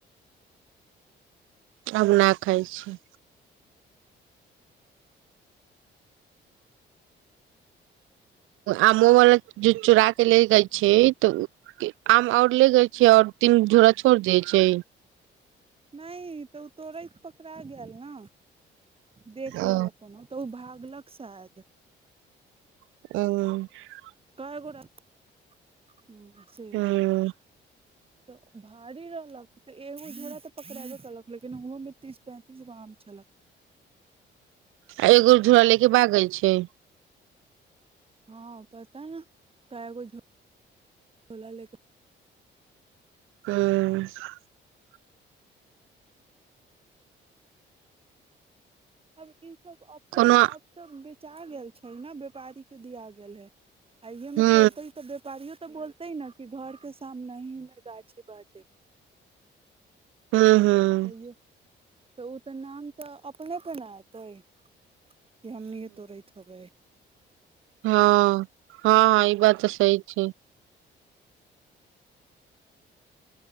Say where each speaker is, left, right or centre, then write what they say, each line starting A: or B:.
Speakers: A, on the right (about 85°); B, on the right (about 30°).
A: आब ना खाइ छी आमो वाला जे चूड़ा के ले गय छै तऽ आम आओर ले गय छै ओर तीन झोड़ा छोड़ दैय छै
B: नहि तऽ ओ तोड़ैत पकड़ा गेल ना देख लेलक
A: ओ
B: कोनो तऽ ओ भागलक शायद
A: <unintelligible>
B: <unintelligible>
A: हूं
B: तऽ भारी रहलक तऽ एगो झोड़ा तऽ पकड़ेबो केलक लेकिन ओहोमे तीस पैंतीस गो आम छलै
A: आ एगो झोला लेके भागल छै
B: हाँ पता ना केगो झोला लेेके
A: ह <unintelligible>
B: आब इसभ अपन
A: कोनो
B: आप तऽ बेचा गेल छै ने व्यापारीके दिया गेल हैय आइयए मे
A: हूं
B: तोड़ तो ह त व्यपारी हऽ तऽ बोलतेै न कि घर के सामने ही मे गाछी बाटे
A: हूम हूम
B: तैयो तऽ ओ तऽ नाम तऽ अपनेके न होइत कि हमनीए तोड़ित हैबै
A: हाँ हाँ हाँ ई बात तऽ सही छै